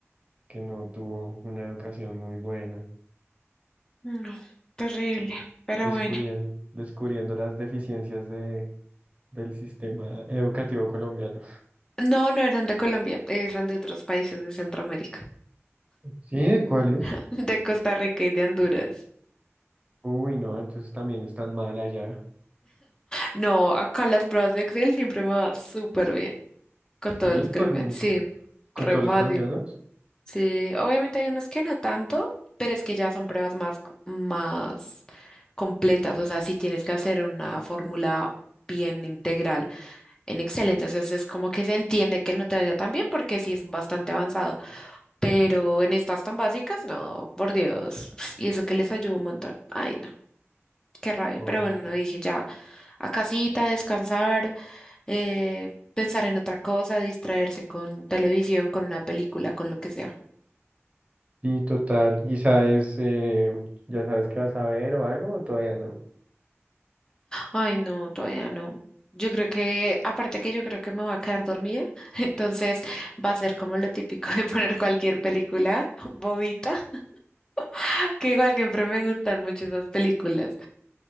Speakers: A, on the right; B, on the left.
A: que no tuvo una educación muy buena,
B: no, terrible. Pero
A: descubriendo,
B: bueno.
A: descubriendo las deficiencias de del sistema educativo colombiano.
B: No, no eran de Colombia, eran de otros países de Centroamérica,
A: ¿Sí? ¿Cuál es?
B: <laughs> de Costa Rica y de Honduras.
A: Uy, no, entonces también están mal allá.
B: No, acá las pruebas de Excel siempre me va súper bien. Con todos
A: Sí,
B: los colombianos.
A: con,
B: Sí,
A: con
B: re
A: todos
B: fácil.
A: los colombianos.
B: Sí, obviamente hay unos que no tanto, pero es que ya son pruebas más, más completas. O sea, si tienes que hacer una fórmula bien integral en Excel, entonces es como que se entiende que no te vaya tan bien porque sí es bastante avanzado. Pero en estas tan básicas, no, por Dios. <laughs> Y eso que les ayuda un montón. Ay, no, qué rabia.
A: Oh.
B: Pero bueno, dije ya a casita, descansar eh, pensar en otra cosa, distraerse con televisión, con una película, con lo que sea.
A: Sí, total. ¿Y sabes, eh, ya sabes qué vas a ver o algo o todavía no?
B: Ay, no, todavía no. Yo creo que, aparte que yo creo que me voy a quedar dormida, <laughs> entonces va a ser como lo típico de poner cualquier película bobita, <laughs> que igual siempre me gustan mucho esas películas